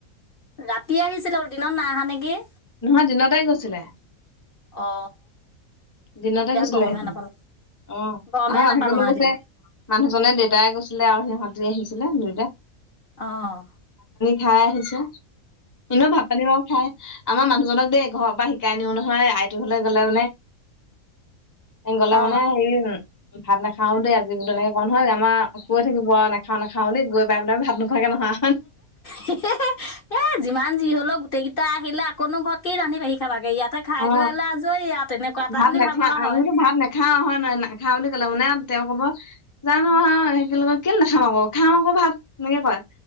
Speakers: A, on the left; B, on the left.
A: ৰাতি আহিছিলে আৰু দিনত নাই অহা নেকি?
B: নহয় দিনতে গৈছিলে।
A: অ
B: দিনতে
A: তেতিয়া
B: গৈছিলে
A: গমহে
B: সিতে
A: নাপালো
B: অহ ',
A: গমহে
B: আমাৰ মানুহজনো
A: নাপালো মানে
B: গৈছে
A: তেতিয়া
B: মানুহজনে দেউতাই গৈছিলে আৰু সিহঁতে আহিছিলে। ছিলা নৰা <unintelligible>
A: অহ ',
B: খাই আহিছো। এনেও ভাত পানী বাৰ খাই। আমাৰ মানুহজনক দেই ঘৰৰ পৰা শিকাই নিও নহয় আইটো হলে গ'লে মানে। চল গলে
A: অ
B: মানে সেই ভাত নাখাও দে আজি তেনেকে ক নহয় জান। আম কৈ থাকিব। খা না বুলি গৈ পাই বোলে ভাত নোখোৱাকৈ নোহোৱা।
A: হে - হে - হে এহ ', যিমান যি হলও। গোটেইকেইটা আহিলে আকনো ঘৰতকেই ৰাধিবাঢ়ি খাবা। ইয়াতে খাই
B: অ
A: কৰিলে আজৰি ই তেনেকুৱা এটা
B: ভাত
A: বুলি
B: নাখা
A: ভাবে হয়।
B: আমি বোলো ভাত নাখাও হয় নহয় <unintelligible> মানে আৰু তেওঁ কব জানো সেইয় কেল নাখাম আকৌ খাম আকৌ ভাত এনেকে কয়।